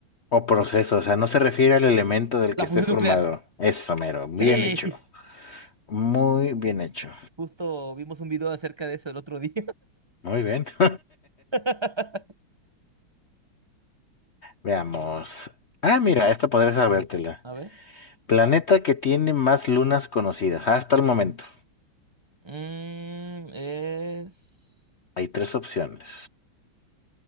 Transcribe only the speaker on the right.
La
fusión
nuclear.
Sí.
<laughs> Justo vimos un video acerca de eso el otro día.
<laughs>
A ver.
Mm, es...